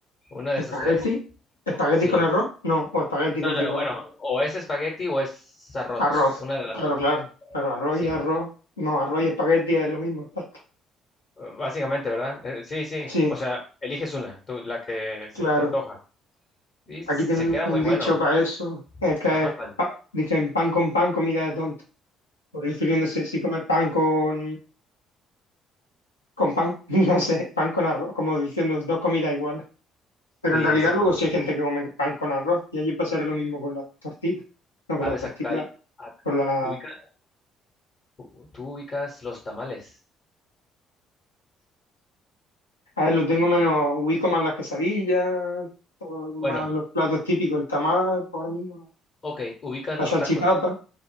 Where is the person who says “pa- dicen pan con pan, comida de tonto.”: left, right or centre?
Left